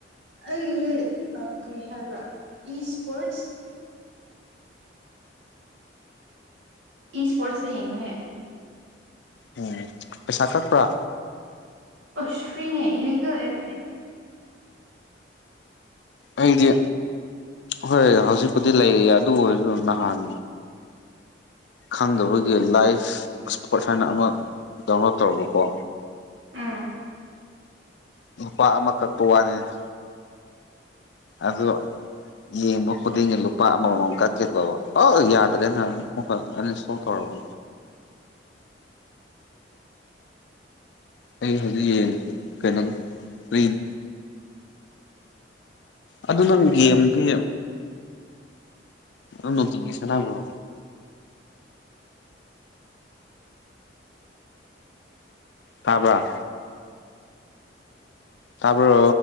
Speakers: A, on the right; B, on the left.
A: ꯑꯩꯗꯤ ꯀꯔꯤ ꯍꯥꯏꯕ꯭ꯔ ꯏ ꯏꯁꯄꯣꯔꯠꯁ ꯏ ꯏꯁꯄꯣ꯭ꯔꯠꯁ ꯇ ꯌꯦꯡꯕꯅꯦ
B: ꯎꯝ ꯄꯩꯁꯥ ꯀꯛꯄ꯭ꯔꯥ
A: ꯑꯁ ꯐ꯭ꯔꯤꯅꯦ ꯏꯂꯤꯒꯦꯜ ꯑꯦꯞꯅꯦ
B: ꯑꯩꯗꯤ ꯍꯣꯏ ꯍꯧꯖꯤꯛꯄꯨꯗꯤ ꯂꯩꯔꯤꯌꯦ ꯑꯗꯨ ꯑꯣꯏꯔꯁꯨ ꯅꯍꯥꯟ ꯈꯪꯗꯕꯒꯤ ꯂꯥꯏꯐ ꯏꯁꯄꯣ꯭ꯔꯠ ꯍꯥꯏꯅ ꯑꯃ ꯗꯥꯎꯟꯂꯣꯗ ꯇꯧꯔꯨꯕꯀꯣ
A: ꯎꯝ
B: ꯂꯨꯄꯥ ꯑꯃ ꯀꯛꯄ ꯋꯥꯅꯤꯗ ꯑꯗꯣ ꯌꯦꯡꯕ ꯈꯨꯗꯤꯡꯒꯤ ꯂꯨꯄꯥ ꯑꯃꯃꯝ ꯀꯛꯀꯦ ꯇꯧꯕ ꯑꯧ ꯌꯥꯗ꯭ꯔꯦꯅ ꯑꯃꯨꯛꯀꯥ ꯑꯟꯏꯟꯁꯇꯣꯜ ꯇꯧꯔꯕ ꯑꯩ ꯍꯧꯖꯤꯛ ꯌꯦꯡꯁꯤ ꯀꯩꯅꯣ ꯀ꯭ꯔꯤꯟ ꯑꯗꯨ ꯅꯪ ꯒꯦꯝꯗꯤ ꯑꯗꯨꯝ ꯅꯨꯡꯇꯤꯒꯤ ꯁꯟꯅꯕꯔꯣ ꯇꯥꯕꯔꯥ ꯇꯥꯕ꯭ꯔꯣ